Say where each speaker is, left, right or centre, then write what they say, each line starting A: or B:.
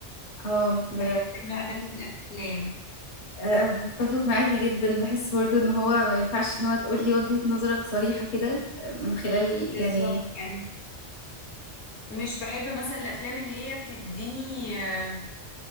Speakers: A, on the left (about 50°); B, on the left (about 65°).
A: اه ب...
B: بحب النوع ده من الأفلام
A: آه، بتفق معاكي جدا بحس برضو ان هو ما ينفعش ان هو تقولي وجهة نظرك صريحة كده آه، من خلال
B: بالظبط
A: يعني
B: يعني مش بحب مثلا الأفلام اللي هي بتديني آه،